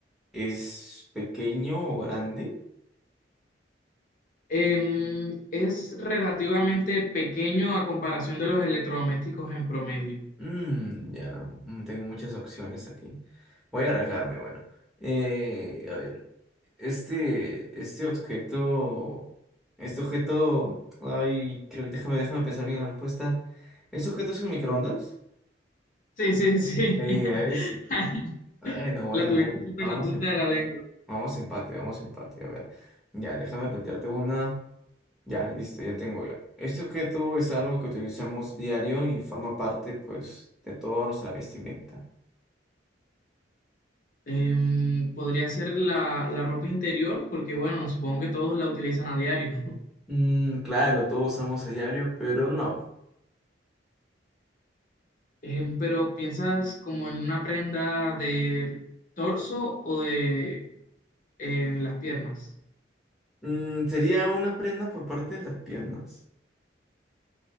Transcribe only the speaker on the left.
Em, es relativamente pequeño a comparación de los electrodomésticos en promedio.
Sí, sí, sí.
<laughs>
La tuviste siempre
en la punta de la lengua.
Em, podría ser la, la ropa interior, porque bueno, supongo que todos la utilizan a diario. <laughs>
Em, pero ¿piensas como en una prenda de torso o de en las piernas?